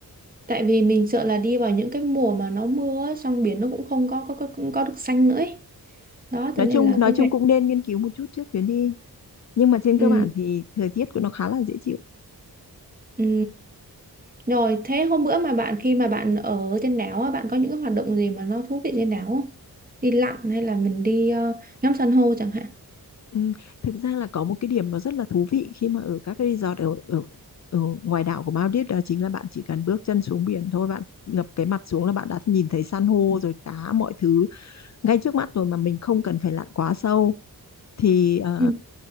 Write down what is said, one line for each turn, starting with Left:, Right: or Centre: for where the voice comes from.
Right: Tại vì mình sợ là đi vào những cái mùa mà nó mưa á, xong biển nó cũng không có có có, có được xanh nữa ấy. Đó
Left: Nói
Right: cho nên
Left: chung
Right: là
Left: nói
Right: cái
Left: chung
Right: này
Left: cũng nên nghiên cứu một chút trước chuyến đi nhưng mà trên
Right: ừ,
Left: cơ bản thì thời tiết của nó khá là dễ chịu.
Right: ừ. Rồi, thế hôm bữa mà bạn khi mà bạn ở trên đảo á, bạn có những cái hoạt động gì mà nó thú vị trên đảo không? Đi lặn hay là mình đi ờ, ngắm san hô chẳng hạn?
Left: Ừ, thực ra là có một cái điểm nó rất là thú vị khi mà ở các cái resort ở, ở, ở ngoài đảo của Maldives đó chính là bạn chỉ cần bước chân xuống biển thôi bạn ngập cái mặt xuống là bạn đã nhìn thấy san hô rồi cá mọi thứ ngay trước mắt rồi mà mình không cần phải lặn quá sâu thì ờ,
Right: Ừ.